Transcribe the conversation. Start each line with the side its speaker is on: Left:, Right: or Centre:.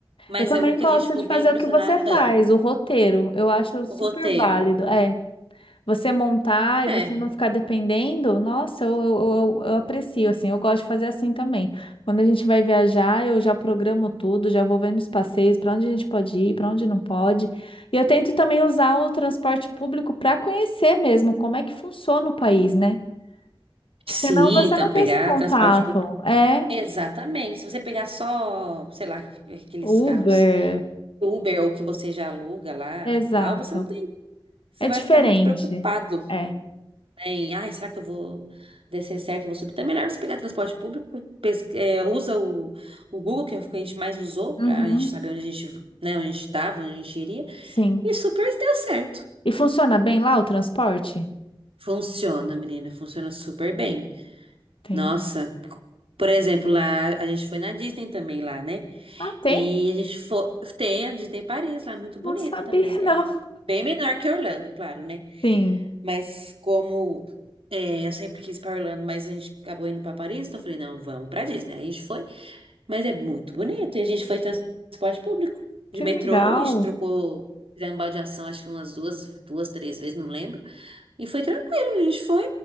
Right: Mas
Left: Eu também
Right: é o que
Left: gosto
Right: a gente ficou
Left: de
Right: bem
Left: fazer
Right: impressionado.
Left: o que você faz,
Right: ah.
Left: o roteiro. Eu acho super
Right: O roteiro.
Left: válido. É. Você montar e
Right: É.
Left: você não ficar dependendo, nossa, eu, eu, eu, eu aprecio, assim, eu gosto de fazer assim também. Quando a gente vai viajar, eu já programo tudo, já vou vendo os passeios, para onde a gente pode ir, para onde não pode. E eu tento também usar o transporte público para conhecer mesmo como é que funciona o país, né? Porque
Right: Sim,
Left: senão você
Right: então,
Left: não tem
Right: pegar
Left: esse contato.
Right: transporte público.
Left: É,
Right: Exatamente. Se você pegar só, sei lá, aqueles
Left: Uber.
Right: carros Uber ou que você já aluga lá,
Left: Exato.
Right: tal, você não tem. Você
Left: É
Right: vai
Left: diferente.
Right: ficar muito preocupado,
Left: É.
Right: né, em, ai, será que eu vou descer certo, eu vou subir? Então é melhor você pegar transporte público, pes- é, usa o, o Google, que é o que a gente mais usou,
Left: Uhum.
Right: pra gente saber onde a gente, né, onde a gente tava, onde a gente iria,
Left: Sim.
Right: e super deu certo.
Left: E funciona bem lá o transporte?
Right: Funciona, menina, funciona super bem.
Left: Tem.
Right: Nossa, por exemplo, lá a gente foi na Disney também lá, né?
Left: Ah, tem?
Right: E a gente foi, tem a Disney Paris lá, muito bonito
Left: Não sabia,
Right: também.
Left: <laughs> não.
Right: É bem menor que Orlando, claro, né?
Left: Sim,
Right: Mas como é, eu sempre quis ir para Orlando, mas a gente acabou indo para Paris, então eu falei, não, vamos para Disney. Aí A gente foi, mas é muito bonito. E a gente foi em transporte público,
Left: que
Right: de metrô,
Left: legal.
Right: a gente trocou, fizemos baldeação, acho que umas duas, duas, três vezes, não lembro. E foi tranquilo, a gente foi.